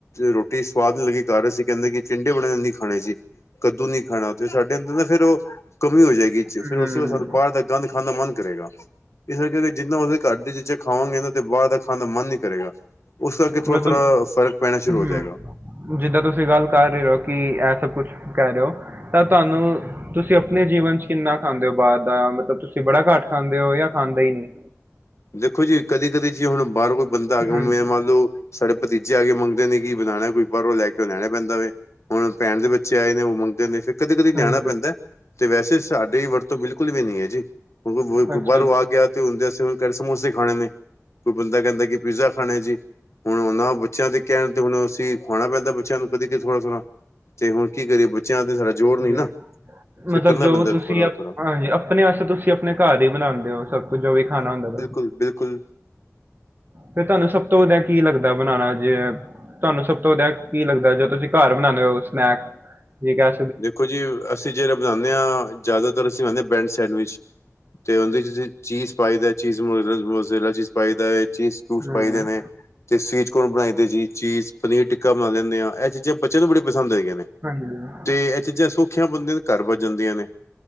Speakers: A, on the left; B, on the right.
A: ਰੋਟੀ ਸਵਾਦ ਨੀ ਲੱਗੀ ਘਰ ਅਸੀਂ ਕਹਿੰਦੇ ਕਿ ਚਿੰਡੇ ਬਣੇ ਨਹੀਂ ਖਾਣੇ ਸੀ ਕੱਦੂ ਨੀ ਖਾਣਾ ਤੇ ਸਾਡੇ ਅੰਦਰ ਨਾ ਫੇਰ ਉਹ ਕਮੀ ਹੋ ਜਾਏਗੀ 'ਚ'
B: ਹੂੰ
A: ਫੇਰ ਉਸੇ ਸਾਨੂੰ ਬਾਹਰ ਦਾ ਗੰਦ ਖਾਣ ਦਾ ਮਨ ਕਰੇਗਾ। ਇਸ ਕਰਕੇ ਜਿੱਦਾਂ ਅਸੀਂ ਘਰ ਦੇ ਚੀਜਾਂ ਖਾਵਾਂਗੇ ਤੇ ਬਾਹਰ ਤ ਖਾਂਦਾ ਮਨ ਨਹੀਂ ਕਰੇਗਾ। ਉਸ ਕਰਕੇ ਥੋੜਾ-ਥੋੜਾ
B: ਮਤਲਬ
A: ਫ਼ਰਕ ਪੈਣਾ ਸ਼ੁਰੂ
B: ਹੂੰ
A: ਹੋ ਜਾਏਗਾ
B: ਜਿੱਦਾਂ ਤੁਸੀ ਗੱਲ ਕਰ ਰਹੇ ਹੋ ਕਿ ਇਹ ਸਭ ਕੁੱਛ ਕਹਿ ਰਹੇ ਹੋ ਤਾਂ ਤੁਹਾਨੂੰ ਤੁਸੀਂ ਆਪਣੇ ਜੀਵਨ ਚ ਕਿੰਨਾ ਖਾਂਦੇ ਹੋ ਬਾਹਰ ਦਾ ਮਤਲਬ ਤੁਸੀ ਬੜਾ ਘੱਟ ਖਾਂਦੇ ਹੋ ਜਾਂ ਖਾਂਦਾ ਹੀ ਨਹੀਂ।
A: ਦੇਖੋ ਜੀ ਕਦੀ-ਕਦੀ ਜੀ ਹੁਣ ਕੋਈ ਆਵੇ
B: ਹਾਂਜੀ
A: ਮੰਨ ਲਾਓ, ਸਾਡੇ ਭਤੀਜੇ ਆ ਕੇ ਮੰਗਦੇ ਨੇ ਕਿ ਬਣਾਣਾ ਕੋਈ ਬਾਹਰੋਂ ਕੇ ਬਾਹਰੋ ਲੈਕੇ ਆਉਣਾ ਪੈਂਦਾ ਵੇ। ਹੁਣ ਭੈਣ ਦੇ ਬੱਚੇ ਆਏ ਨੇ ਉਹ ਮੰਗਦੇ ਹੁੰਦੇ ਫਿਰ ਕਦੀ-ਕਦੀ ਲਿਆਣਾ
B: ਹਾਂਜੀ
A: ਪੈਂਦਾ। ਤੇ ਵੈਸੇ ਸਾਡੀ ਵਰਤੋਂ ਬਿਲਕੁਲ ਵੀ ਨੀ ਏ ਜੀ ਕਿਉਕਿ
B: ਅੱਛਾ
A: ਬਾਹਰੋਂ
B: ਜੀ
A: ਆ ਗਿਆ ਤੇ ਹੁੰਦੇ ਸਮੋਸੇ ਖਾਣੇ ਨੇ, ਕੋਈ ਬੰਦਾ ਕਹਿੰਦਾ ਕਿ ਪੀਜ਼ਾ ਖਾਣਾ ਜੀ। ਹੁਣ ਉਹਨਾਂ ਬੱਚਿਆਂ ਦੇ ਕਹਿਣ ਅਸੀਂ ਖਾਣਾ ਪੈਦਾ ਬੱਚਿਆਂ ਨੂੰ ਕਦੇ ਥੋੜ੍ਹਾ-ਥੋੜ੍ਹਾ। ਤੇ ਹੁਣ ਕੀ ਕਰੀਏ ਬੱਚਿਆਂ ਤੇ ਸਾਡਾ ਜ਼ੋਰ ਨੀ
B: ਜੀ
A: ਨਾ। ਫਿਰ
B: ਮਤਲਬ
A: ਕਰਨਾ
B: ਜੋ
A: ਬੰਦਾ
B: ਤੁਸੀਂ
A: ਥੋੜ੍ਹਾ।
B: ਅਪ ਹਾਂਜੀ ਆਪਣੇ ਆਸਤੇ ਤੁਸੀ ਆਪਣੇ ਘਰ ਹੀ ਬਣਾਦੇ। ਉਹ ਸਭ ਕੁਝ ਜੋ ਵੀ ਖਾਣਾ ਹੁੰਦਾ।
A: ਬਿਲਕੁਲ।
B: ਫਿਰ ਤੁਹਾਨੂੰ ਸਭ ਤੋਂ ਵਧੀਆ ਕੀ ਲੱਗਦਾ ਬਣਾਨਾ ਜੇ ਤੁਹਾਨੂੰ ਸਭ ਤੋਂ ਵਧੀਆ ਕੀ ਲੱਗਦਾ ਜੇ ਤੁਸੀਂ ਘਰ ਬਣਾਨੇ ਹੋ ਸਨੈਕ? ਠੀਕ ਆ।
A: ਦੇਖੋ ਜੀ ਅਸੀ ਜਿਹੜਾ ਬਣਾਨੇ ਆ ਜ਼ਿਆਦਾਤਰ ਅਸੀ ਬਣਾਦੇ ਆ ਬੈਡ ਸੈਂਡਵਿਚ। ਤੇ ਉਹਦੇ 'ਚ ਜੀ ਚੀਸ ਪਾਈ ਦਾ ਚੀਸ ਮੁਜ਼ਰੇਲਾ ਚੀਸ ਪਾਈ ਦਾ ਚੀਸ ਫਰੂਟ
B: ਹੂੰ
A: ਪਾਈ ਦੇ ਨੇ। ਤੇ ਸਵੀਟ ਕੋਨ ਬਣਾਈ ਤੇ ਜੀ ਚੀਸ, ਪਨੀਰ ਟਿੱਕਾ ਬਣਾ ਲੈਣੇ ਆ। ਇਹ ਚੀਜ਼ਾਂ ਬੱਚਿਆਂ ਨੂੰ ਬੜੀ ਪਸੰਦ ਹੈਗੀਆਂ ਨੇ।
B: ਹਾਂਜੀ ਹਾਂ।
A: ਤੇ ਇਹ ਚੀਜ਼ਾਂ ਸੌਖੀਆਂ ਬਣਦੀਆਂ ਨੇ ਘਰ ਵੱਜ ਜਾਂਦੀਆਂ ਨੇ।